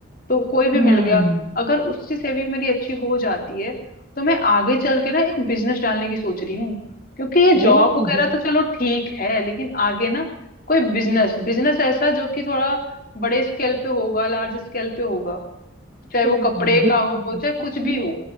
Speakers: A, on the left; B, on the right.
A: तो कोई भी
B: हम्म
A: मिल गया अगर उससे से भी मेरी अच्छी हो जाती है तो मैं आगे चल के ना एक बिजनेस डालने की सोच रही हूँ क्योंकि ये जॉब
B: ओ
A: वगैरह
B: ये
A: तो चलो ठीक है लेकिन आगे ना कोई बिजनेस बिजनेस ऐसा जो कि थोड़ा बड़े स्केल पे होगा लार्ज स्केल पे होगा चाहे
B: तो
A: वो कपड़े
B: ये
A: का
B: तो मैंने
A: हो
B: अच्छा
A: चाहे कुछ
B: सुना।
A: भी हो